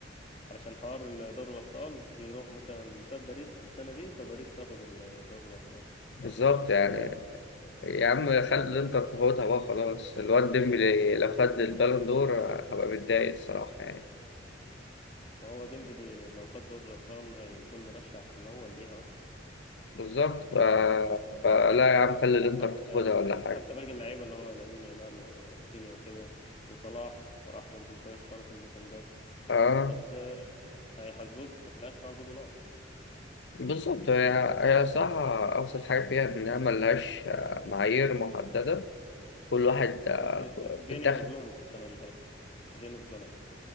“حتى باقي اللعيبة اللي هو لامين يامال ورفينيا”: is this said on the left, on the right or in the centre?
Left